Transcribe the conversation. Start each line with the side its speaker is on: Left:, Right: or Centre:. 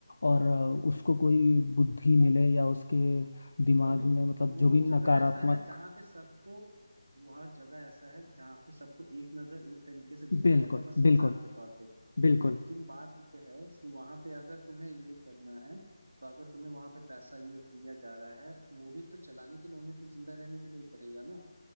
Left: और अ, उसको कोई बुद्धि मिले या उसके दिमाग
Right: तो अभी
Left: में मतलब
Right: वो
Left: जो भी
Right: जगह
Left: नकारात्मक
Right: ऐसा है जहाँ पे सबको वह जगह ऐसा है जहाँ पे सबको एक नजर एक तरीके से देखा
Left: बिल्कुल
Right: जाता है बस इंसान
Left: बिल्कुल
Right: के तौर पे
Left: बिल्कुल
Right: लेकिन बात ये है कि वहां पे अगर तुम्हें ये करना है तो अगर तुम्हें वहां पे पैसा ये दिया जा रहा है तो वो भी तो चलाने के लिए उन्हें तो जिंदा रहने के लिए ही करेगा ना